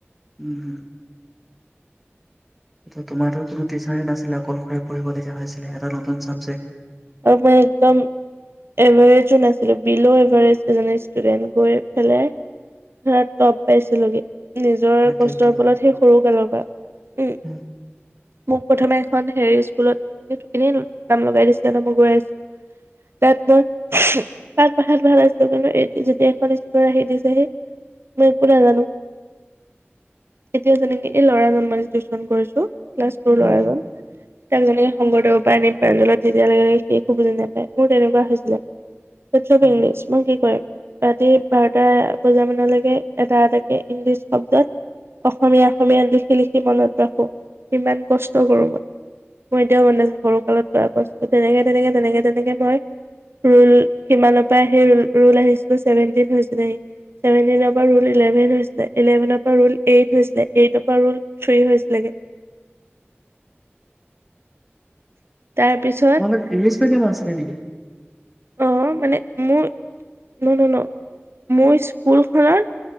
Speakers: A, in the centre; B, on the right.
A: উম হম। এতিয়া তোমাৰতো কোনো টিচাৰে নাছিলে, অকলশৰে পঢ়িবলগীয়া হৈছিলে, এটা নতুন চাবজেক্ট।
B: তাৰোপৰি একদম এভাৰেজো নাছিলো বিল' এভাৰেজ এজনী ষ্টুডেন্ট গৈ পেলাই ধৰা টপ পাইছিলোগে নিজৰ
A: সেইটোৱেটো
B: কষ্টৰ বলত সেই সৰু কালৰ পৰা। উম
A: <inaudible>
B: মোক প্ৰথমে এখন হেৰি স্কুলত মানে এনেই নাম লগাই দিছিলে ন' মই গৈ আছিলো। তাত মোৰ তাত পঢ়াত ভাল আছিলো কিন্তু এ যেতিয়া এইখন স্কুলত আহি দিছেহি। মই একো নাজানো, এতিয়া যেনেকে এই ল'ৰা জন টিউচন কৰিছো। ক্লাছ <unintelligible> ল'ৰাজন
A: উম,
B: ইয়াক যেনেকৈ শংকৰদেৱৰ পৰা আনি প্ৰাইভেটত তেতিয়া লগে লগে সি একো বুজি নাপায়, মোৰ তেনেকুৱা হৈছিলে তাত চব
A: উম।
B: ইংলিছ মই কি কৰিম। ৰাতি বাৰটা বজা মানলৈকে এটা এটাকে ইংলিছ শব্দত অসমীয়া, অসমীয়াত লিখি লিখি মনত ৰাখো ইমান কষ্ট কৰো মই। মোৰ এতিয়াও মন আছে, সৰু কালত কৰা কষ্ট তেনেকে তেনেকে তেনেকে তেনেকে মই ৰোল কিমানৰ পৰা সেই ৰোল আহিছিলো ছেভেনটিন হৈছিলেহি। ছেভেনটিনৰ পৰা ৰোল ইলেভেন হৈছে। ইলেভেনৰ পৰা ৰোল এইট হৈছিলে, এইটৰ পৰা ৰোল থ্ৰী হৈছিলে। তাৰপিছত
A: তোমালোক ইংলিছ মিডিয়াম আছিলে নেকি?
B: অ', মানে মোৰ ন, ন, ন, মোৰ স্কুলখনত